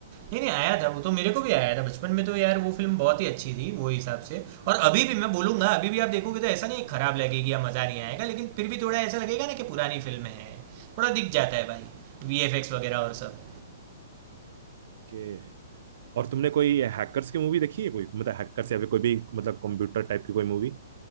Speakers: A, on the right; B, on the right.
A: नहीं नहीं आया था वो तो मेरे को भी आया था बचपन में तो यार वो फिल्म बहुत ही अच्छी थी वो हिसाब से और अभी भी मैं बोलूंगा अभी भी आप देखोगे तो ऐसा नहीं खराब लगेगी या मजा नहीं आएगा लेकिन फिर भी थोड़ा ऐसा लगेगा ना कि पुरानी फिल्म है थोड़ा दिख जाता है भाई वीएफएक्स वगैरह और सब
B: कि और तुमने कोई हैकर्स की मूवी देखी है कोई मतलब हैकर्स या फिर कोई भी मतलब कंप्यूटर टाइप की कोई मूवी